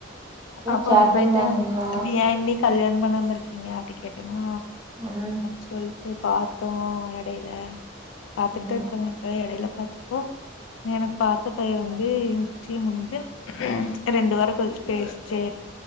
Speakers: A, on the left; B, on the right.
A: அப்ப
B: ஷேர்
A: அந்த ப்ளேட்ட
B: பண்ணி வாங்குனீங்களா
A: இப்ப யேண்டி கல்யாணோ பண்ணாம இருக்கீங்க அப்டி கேட்டனா
B: ம்
A: சொல்லிச்சு பாத்தோ எடையில பாத்துட்டு
B: ம்
A: தா இருக்காங்க இப்ப எடையில பாத்தப்போ எனக்கு பாத்த பைய்யே வந்து நிச்சியோ முடிஞ்சு ரெண்டு வாரோ கழிச்சு பேசு ச்சு